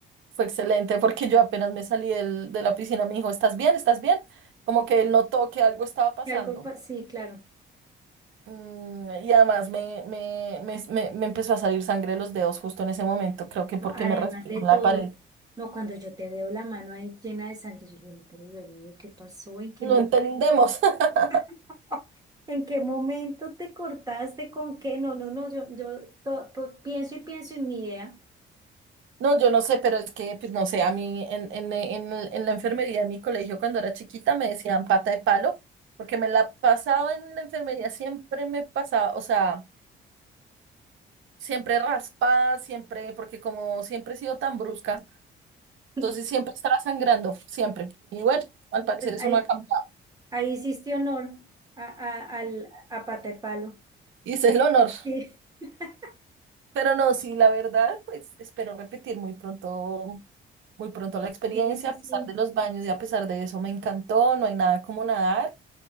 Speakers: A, on the right (about 75°); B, on the right (about 20°).
A: fue excelente porque yo apenas me salí del- de la piscina, me dijo, ¿estás bien? ¿Estás bien? Como que él notó que algo estaba pasando.
B: que algo, pa- sí, claro.
A: Mm, Y además me, me, me, me- me empezó a salir sangre de los dedos justo en ese momento, creo que porque
B: No, además
A: me raspé
B: de
A: con
B: todo,
A: la pared.
B: no, cuando yo te veo la mano ahí llena de sangre, yo dije, "No, pero Dios mío, ¿qué pasó? ¿En qué
A: No
B: momento?
A: entendemos. <laughs>
B: <laughs> ¿En qué momento te cortaste? ¿Con qué? No, no, no, yo, yo to- po- pienso y pienso en mi idea.
A: No, yo no sé, pero es que, pues no sé, a mí en, en, en, el- en la enfermería de mi colegio cuando era chiquita me decían pata de palo, porque me la pasaba en la enfermería, siempre me pasaba, o sea, siempre raspada, siempre, porque como siempre he sido tan brusca, entonces
B: <laughs>
A: siempre estaba sangrando, siempre. Y bueno, al parecer
B: Pues
A: eso
B: ahí,
A: no ha cambiado.
B: ahí hiciste honor a, a, al, a pata de palo.
A: Hice el honor.
B: <laughs>
A: Pero no, sí, la verdad, pues espero repetir muy pronto, muy pronto la experiencia,
B: Sí, sí, sí.
A: a pesar
B: sí.
A: de los baños y a pesar de eso me encantó, no hay nada como nadar.